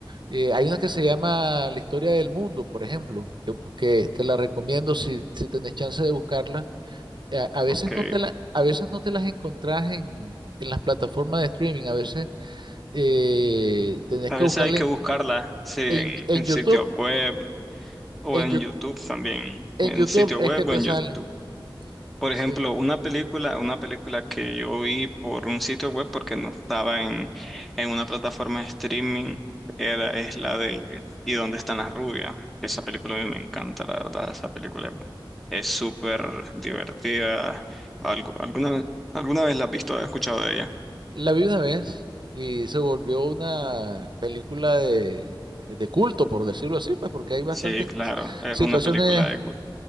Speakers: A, on the right; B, in the centre.
A: Eh, hay una que se llama La historia del mundo, por ejemplo, que, que te la recomiendo si, si tenés chance de buscarla. A, a veces
B: Ok.
A: no te la, a veces no te las encontrás en, en las plataformas de streaming, a veces eh, tenés
B: A
A: que
B: veces
A: buscarla
B: hay que buscarla, sí, en,
A: En, en
B: en
A: YouTube,
B: sitios web o
A: en,
B: en
A: Yu-
B: YouTube también,
A: en
B: en
A: YouTube
B: sitio
A: es
B: web
A: que te
B: o en
A: salen.
B: YouTube. Por ejemplo,
A: Sí.
B: una película, una película que yo vi por un sitio web porque no estaba en, en una plataforma de streaming, era, es la de ¿Y dónde están las rubias? Esa película a mí me encanta, la verdad, esa película es súper divertida. Algu- alguna, ¿Alguna vez la has visto o has escuchado de ella?
A: La vi una vez y se volvió una película de, de culto, por decirlo así, pues porque hay bastantes
B: Sí, claro, es
A: situaciones.
B: una película de culto.